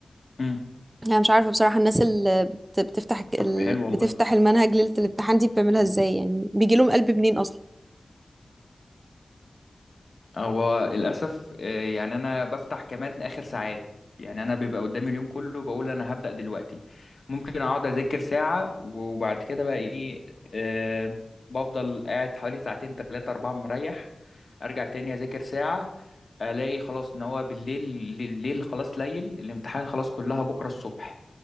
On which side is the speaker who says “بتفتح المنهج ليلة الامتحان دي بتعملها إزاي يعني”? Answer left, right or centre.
Right